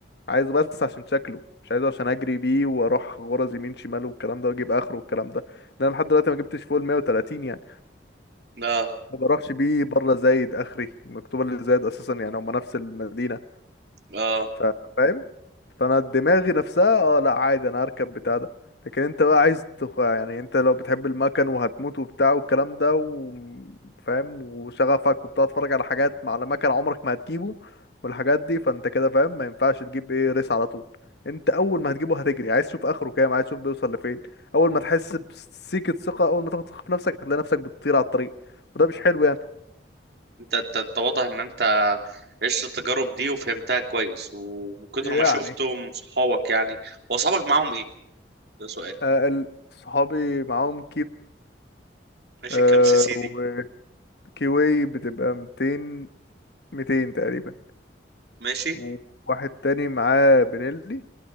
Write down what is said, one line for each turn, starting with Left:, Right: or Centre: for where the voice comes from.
Left: عايزه بس عشان شكله مش عايزه عشان اجري بيه واروح غرز يمين شمال والكلام ده واجيب اخره والكلام ده لان أنا لحد دلوقتي ما جبتش فوق ال 130 يعني
Right: اه
Left: ما بروحش بيه بره زايد اخري مكتوب اللي زايد اساسا يعني هما نفس المدينه
Right: اه
Left: ف- فاهم فانا دماغي نفسها اه لا عادي انا هركب بتاع ده لكن انت بقى عايز تخ... يعني انت لو بتحب المكن وهتموت وبتاع والكلام ده وفاهم وشغفك وبتاع تتفرج على حاجات على مكن عمرك ما هتجيبه والحاجات دي فانت كده فاهم ما ينفعش تجيب ايه ريس على طول انت اول ما هتجيبه هتجري عايز تشوف اخره كام عايز تشوف بيوصل لفين اول ما تحس بسيكة ثقة اول ما تاخد ثقة في نفسك هتلاقي نفسك بتطير على الطريق وده مش حلو يعني
Right: انت انت انت واضح ان انت عشت التجارب دي وفهمتها كويس ومن كتر
Left: يعني
Right: ما شفته من صحابك يعني هو صحابك معاهم ايه ده سؤال
Left: آه ال- صحابي معاهم
Right: ماشي
Left: كيوي
Right: كام سي سي دي
Left: كيوي بتبقى 200 200 تقريبا
Right: ماشي
Left: وواحد تاني معاه بنيلي